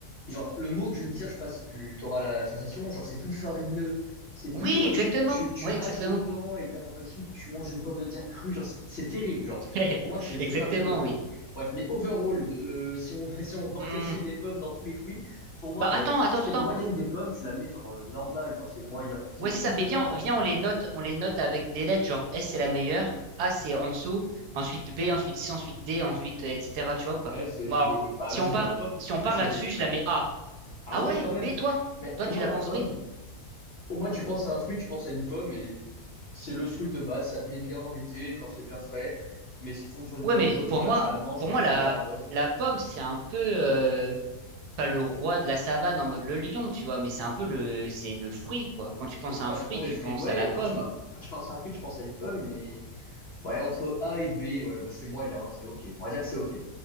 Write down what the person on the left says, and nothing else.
genre, le mot que je veux te dire, je sais pas si tu auras la sensation, genre, c'est tout farineux. C'est tout,
euh,
tu, tu
mâches
dedans et t'as l'impression que tu manges une pomme de terre crue. Genre, c'est c'est terrible, genre.
Pour moi, c'est c'est
farineux, genre.
Bref, mais overall, euh, si on, <laughs> si on veut reclasser
les pommes dans tous les fruits, pour moi,
ben,
si tu
fais une moyenne des pommes, tu la mets genre euh, normale, genre c'est moyen. C'est
le fruit
de
base,
en
fait.
F, c'est le
trucs
dégueu. Bah,
vas-y,
bah, la pomme,
bah,
c'est
B.
Ah
ouais,
quand même.
Mais
pour
moi,
la
pomme,
pour moi, tu penses à un fruit, tu penses à une pomme et c'est le fruit de base. Ça te met bien en été quand c'est bien frais. Mais si tu tombes sur une
pomme
jaune,
bon, bah,
tu la manges,
mais
elle
est là, bof.
C'est
le patron
des
fruits.
Ouais,
quand tu, par- quand tu penses à un fruit, tu penses à une pomme, mais ouais, entre A et B, ouais, bah, c'est moyen, hein, c'est OK. On va dire que c'est OK.